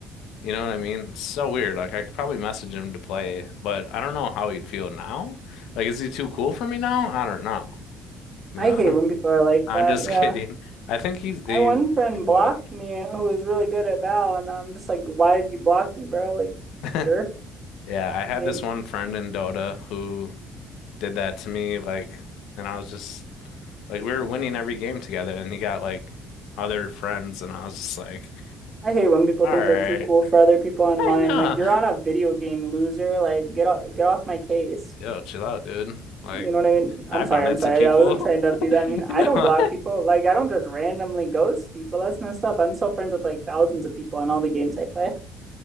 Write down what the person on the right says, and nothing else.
I
hate when people
are like
that.
Yeah.
My one friend
blocked me who was really good at Val, and I'm just like, why did you block me, bro? Like,
jerk.
Like,
I hate when people
think
they're too cool for other people online.
Like, you're on a video game, loser. Like, get off, get off my case.
You know what I mean?
I'm sorry,
I'm sorry.
I wasn't trying
to be that. I mean, I
don't
block people. Like, I don't just randomly ghost people. That's messed up. I'm still friends with like thousands of people in all the games I play.